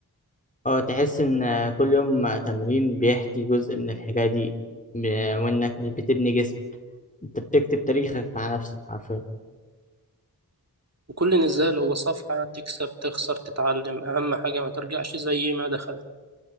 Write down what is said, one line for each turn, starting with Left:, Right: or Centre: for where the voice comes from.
Left: اه تحس إن آه، كل يوم آه، تمرين بيحكي جزء من الحكاية دي م- آه، وإنك مش بتبني جسم أنت بتكتب تاريخك مع نفسك حرفيا
Right: وكل نزال هو صفحة تكسب تخسر تتعلم أهم حاجة ما ترجعش زي ما دخل